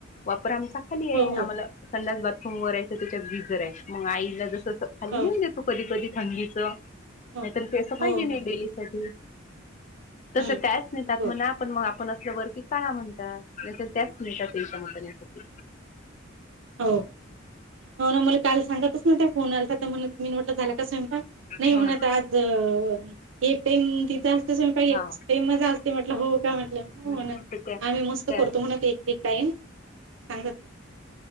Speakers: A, on the left (about 40°); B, on the right (about 70°).
A: वापर आमचा खाली आहे
B: हो हो
A: आम्हाला संड्यास बाथरूम वरच त्याच्यात गिजर आहे मग आईला जस खाली
B: हो
A: नाही देतो कधी कधी थंडीच नाहीत
B: हो
A: पैसा पाहिजे
B: हो
A: नाही
B: हो
A: डेली साठी तसं
B: हम्म
A: कायच नाहीतात
B: हो
A: म आपण म आपण असल्यावरती काय म्हणत न त्याच मिटात त्यांच्या मतसाठी
B: हो हो ना मला काल सांगतच ना त्या फोन आला तर म्हण मी म्हटलं झाला का स्वयंपाक नाही
A: हा
B: म्हणत आज.... एक टाइम तिथं असत स्वयंपाक एक
A: हा
B: टाईम माझा अस ते म्हटलं हो का म्हटलं हो
A: हा
B: म्हणा आम्ही मस्त
A: त्या
B: करतो म्हणा ते एक टाइम सांगत